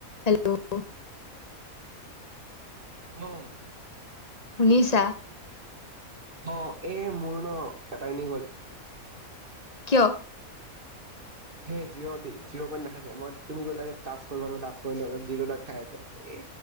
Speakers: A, on the left; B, on the right.
A: হেল্ল'
B: অ'
A: শুনিছা
B: অ এ মোৰ ন এটাই নি গল
A: কিয়
B: হেই জিৰ' দি জিৰ' পইণ্ট দেখাই যে মই তুমি কৰিলোৱা হে তাচ কৰি পালোং তাচ <unintelligible> জিৰ খাই আছে এ